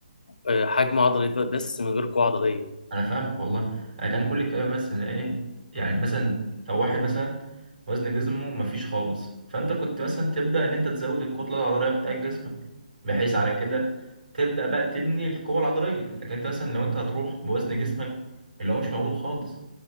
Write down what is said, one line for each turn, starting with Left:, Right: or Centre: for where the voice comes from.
Left: آه، حجم عضلي ف- بس من غير قوة عضلية
Right: أنا فاهمك والله أنا كان كل الكلام بس إن إيه يعني مثلا لو واحد مثلا وزن جسمه مفيش خالص فأنت كنت مثلا تبدأ إن أنت تزود الكتلة العضلية بتاعت جسمك بحيث على كده تبدأ بقى تبني القوة العضلية لكن أنت مثلا لو أنت هتروح بوزن جسمك اللي هو مش موجود خالص